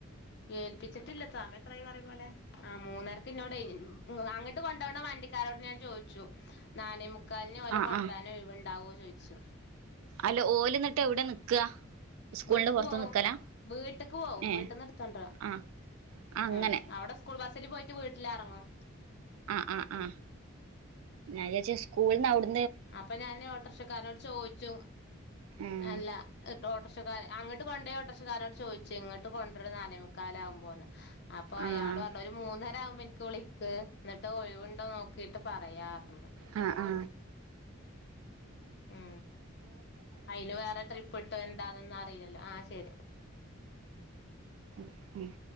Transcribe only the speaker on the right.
ആഹ്
ആഹ്
അല്ല ഓലന്നിട്ട എവിടെ നിക്കാ സ്കൂളിന്റെ
പുറത്ത്
നിക്കലാ
ഏഹ്
ആഹ് അങ്ങനെ
ആ ആ ആ ഞൻ വിചാരിച്ച് സ്കൂൾ ന്ന വിട
ഉം
ആഹ്
ആ ആ
ഉം ഉം